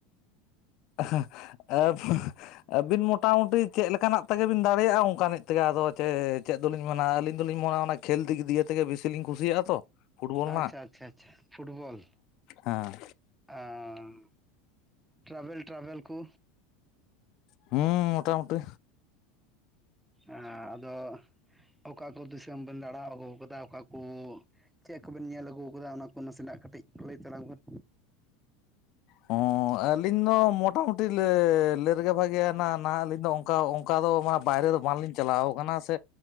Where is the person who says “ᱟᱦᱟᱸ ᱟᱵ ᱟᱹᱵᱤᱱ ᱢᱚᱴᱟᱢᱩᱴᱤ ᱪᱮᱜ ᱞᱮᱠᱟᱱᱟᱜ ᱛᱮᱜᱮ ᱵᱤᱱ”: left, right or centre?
Left